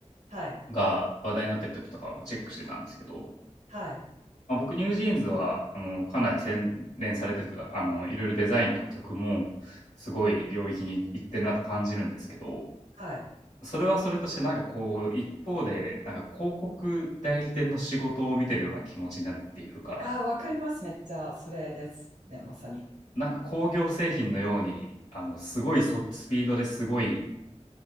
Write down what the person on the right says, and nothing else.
はい、
はい、
はい。
あー、わかります。めっちゃ、それですね、まさに。